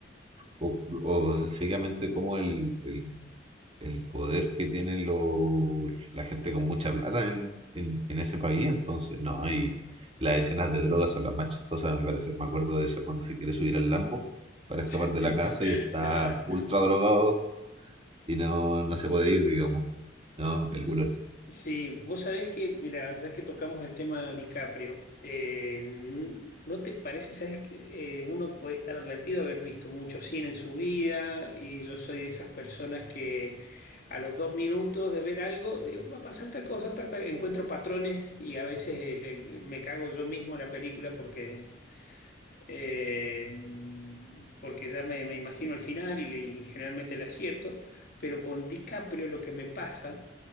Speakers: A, on the right; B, on the left.
A: o, o sencillamente como el, el- el poder que tienen lo- la gente con mucha plata en, en- en ese país. Entonces, no, y las escenas de drogas son las más chistosas, me parece. Me acuerdo de eso cuando se quiere subir al Lambo para escapar
B: <laughs>
A: de la casa y está
B: No,
A: ultra drogado y no, no se puede ir, digamos. No, un peliculón.
B: Sí, vos sabés que, mira, ya que tocamos el tema DiCaprio, eh, n- ¿no te parece? Sabes que eh, uno puede estar advertido de haber visto mucho cine en su vida y yo soy de esas personas que a los dos minutos de ver algo, digo, va a pasar tal cosa, tal, tal", encuentro patrones y a veces eh, le- me cago yo mismo en la película porque, eh, porque ya me, me imagino el final y, le- y generalmente le acierto, pero con DiCaprio lo que me pasa